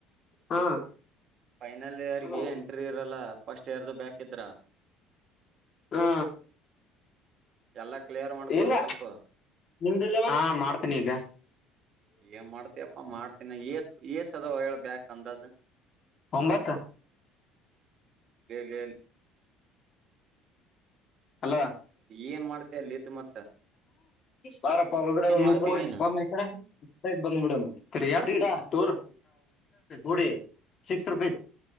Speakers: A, on the left; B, on the right.
A: ಹಾ
B: ಫೈನಲ್ ಯಿಯರ್ಗಿ
A: ಹಾ
B: ಎಂಟ್ರಿ ಇರಲ್ಲ ಫಸ್ಟ್ ಯಿಯರ್ದು ಬ್ಯಾಕ್ ಇದ್ರ
A: ಹಾ
B: ಎಲ್ಲಾ ಕ್ಲಿಯರ್ ಮಾಡ್ಕೊ
A: ಇಲ್ಲ
B: ಒಂದ್ ಸ್ವಲ್ಪ
A: ನಿಂದ್ ಇಲ್ಲವಾ---ಹಾ ಮಾಡ್ತಿನೀಗ
B: ಏನ್ ಮಾಡ್ತೀಯಪ್ಪಾ ಮಾಡ್ತಿನ ಏಸ್ ಏಸ್ ಅದವಾ ಹೇಳ್ ಬ್ಯಾಕ್ ಅಂದಾಜ
A: ಒಂಬತ್ತ್
B: ಲೇ ಲೇ ಲ್
A: ಹಲೋ
B: ಏನ್ ಮಾಡ್ತೀಯ ಅಲ್ಲಿದ್ ಮ್
A: ಬಾರಪ್ಪ ಒಲ್ಗಡೆ
B: ಏನ್
A: ಓಗ್
B: ಮಾಡ್ತೀನಿ
A: ಮಕ್ಕೊ
B: ನೀನ್
A: ಬಾ ಮಕ್ಕೊ---ಸೈಡ್ ಬಂಬಿಡಮ್ಮ್ ತ್ರೀಯಾರ್ ತೂರ್ ಉಡಿ ಸಿಕ್ಸ್ ರುಪೀಸ್